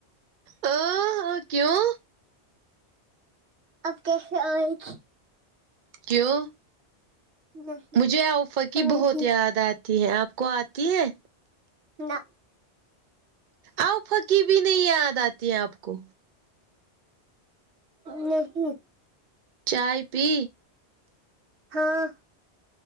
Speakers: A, on the right (about 50°); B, on the right (about 80°).
A: اں ہ کیوں
B: اب کیسے آےگی
A: کیوں
B: نہیں
A: مجھے اوفق کی
B: آئے
A: بہت
B: گی
A: یاد آت تی ہیں آپ کو آتی ہے
B: نہ
A: اوفق کی بھی نہیں یاد آتی آپ کو
B: نہیں
A: چائے پی
B: ہاں